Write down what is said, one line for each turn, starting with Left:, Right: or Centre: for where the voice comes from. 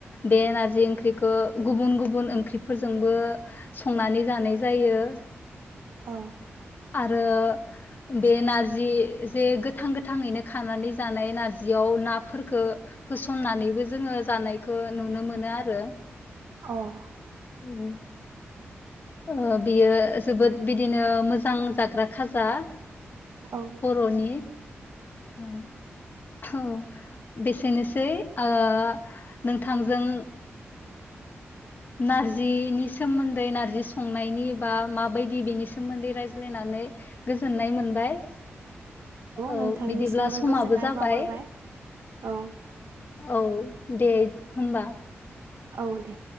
Left: बे नारजि ओंख्रिखौ गुबुन गुबुन ओंख्रिफोरजोंबो संनानै जानाय जायो।
Right: औ
Left: आरो बे नारजि जे गोथां गोथाङैनो खानानै जानाय नारजियाव नाफोरखो होसननानैबो जोङो जानायखौ नुनो मोनो आरो।
Right: अह
Left: उम ओ बियो जोबोद बिदिनो मोजां जाग्रा खाजा
Right: औ
Left: बर'नि औ औ बेसेनोसै ओ नोंथांजों नारजिनि सोमोन्दै नारजि संनायनि बा माबायदि बेनि सोमोन्दै रायज्लायनानै गोजोननाय मोनबाय। औ
Right: नोंथांनिसिमबो
Left: बिदिब्ला समाबो
Right: गोजोननाय
Left: जाबाय।
Right: बावहरबाय औ
Left: औ दे होनबा।
Right: औ दे